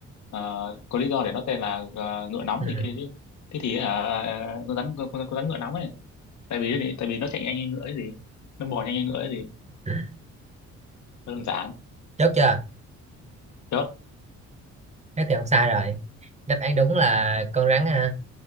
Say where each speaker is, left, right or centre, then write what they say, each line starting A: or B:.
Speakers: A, on the left; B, on the right.
A: ờ, có lý do để nó tên là ờ, ngựa nóng
B: ừ.
A: gì kia chứ. Thế thì à, con rắn con, con, con rắn ngựa nóng ấy. Tại vì tại vì nó chạy nhanh như ngựa ấy gì. Nó bò nhanh như ngựa ấy gì.
B: <laughs>
A: Đơn giản.
B: chốt chưa
A: Chốt.
B: thế thì không sai rồi đáp án đúng là con rắn à,